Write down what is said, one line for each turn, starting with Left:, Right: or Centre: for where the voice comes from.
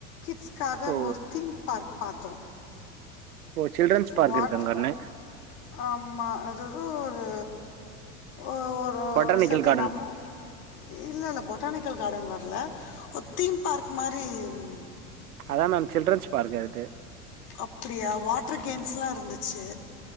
Left: கிட்ஸ்க்காக
Right: ஓ
Left: அங்க ஒரு தீம் பார்க் பார்த்தோ
Right: ஓ சில்ட்ரன்ஸ் பார்க்
Left: வாட்
Right: இருக்கு அங்கே ஒன்று
Left: ஆமா அது எதோ ஒரு ஓ ஒர்
Right: பொட்டானிக்கல்
Left: ஒரு செர்ட்நமி
Right: கார்டன்
Left: இல்லில்ல பொட்டானிக்கல் கார்டன் வர்ல ஒரு தீம் பார்க் மாரி இருந்
Right: அதான் மேம் சில்ரன்ஸ் பார்க் அது
Left: அப்பிடியா வாட்ரு கேம்ஸ்லா இருந்துச்சு